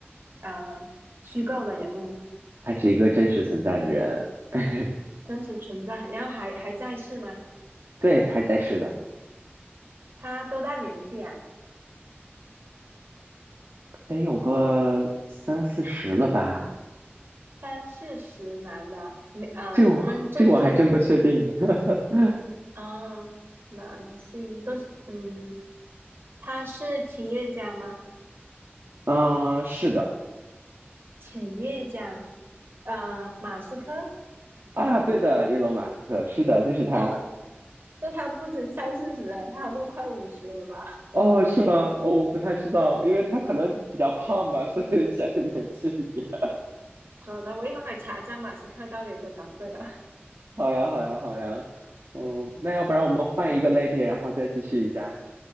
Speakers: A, on the right; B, on the right.
A: 呃虚构的人物？
B: 他是一个真实存在的人。<laughs>
A: 真实存在，然后还还在世吗？
B: 对，还在世的，
A: 他多大年纪啊？
B: 得有个三四十了吧？
A: 三四十男的，没呃，
B: 这个我这个我还真不确定。
A: 跟政治
B: <laughs>
A: 啊、男性都是，嗯，他是企业家吗？
B: 嗯是的，
A: 企业家，啊，马斯克，
B: 啊，对的，伊隆马斯克，是的，就是他。
A: 二那他不止三四十啊，他好像快五十了吧？
B: 哦，是吗？哦，我不太知道，因为他可能比较胖吧，所以显得年轻一点。
A: <laughs> 好，那我一会儿查一下马斯克到底多少岁了。
B: 好呀，好呀，好呀。嗯，
A: <laughs> 嗯，
B: 那要不然我们换一个类别，然后再继续一下。